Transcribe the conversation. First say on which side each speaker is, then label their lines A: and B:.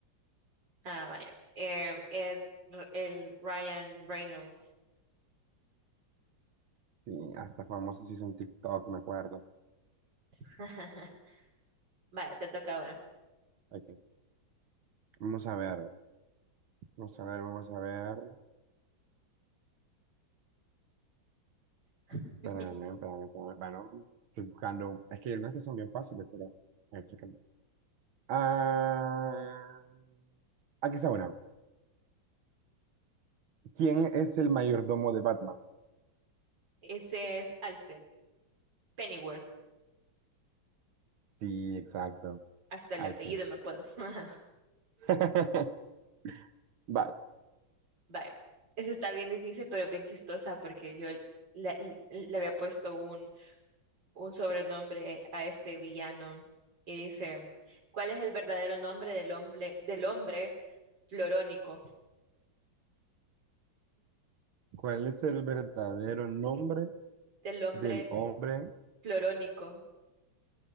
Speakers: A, on the right; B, on the right.
A: Ah, vaya. Eh, es R- el Ryan Reynolds.
B: Sí, hasta famoso se hizo en TikTok, me acuerdo.
A: <laughs> Vaya, te toca ahora.
B: Aquí. Vamos a ver, vamos a ver, vamos a ver.
A: <laughs>
B: Espérame, espérame, espérame. Bueno, estoy buscando. Es que hay algunas que son bien fáciles, pero. a ver, chécame. Ah, aquí está una. ¿Quién es el mayordomo de Batman?
A: Ese es Alfred Pennyworth.
B: Sí, exacto.
A: Hasta el
B: Alfred.
A: apellido me puedo. <laughs>
B: <laughs> Vas.
A: Vaya. Ese está bien difícil, pero bien chistosa porque yo le, le- le había puesto un un sobrenombre a este villano y dice, ¿cuál es el verdadero nombre del hombre, del hombre florónico?
B: ¿Cuál es el verdadero nombre
A: Del hombre
B: del hombre
A: florónico.